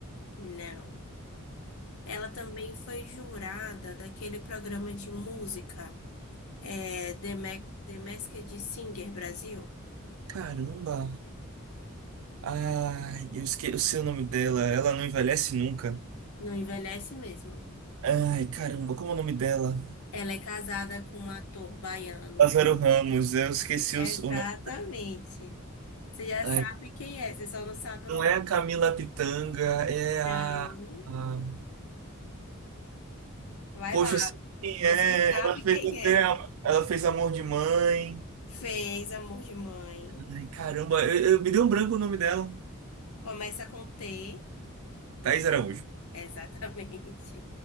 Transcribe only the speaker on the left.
Não. Ela também foi jurada daquele programa de música. É, The, Ma- The Masked Singer Brasil.
Não envelhece mesmo.
Ela é casada com um ator baiano.
Exatamente.
Você já
sabe quem é, você só não sabe o
nome.
Não.
Vai
lá.
Você sabe
quem
é.
Fez Amor de Mãe.
Começa com T.
Exatamente.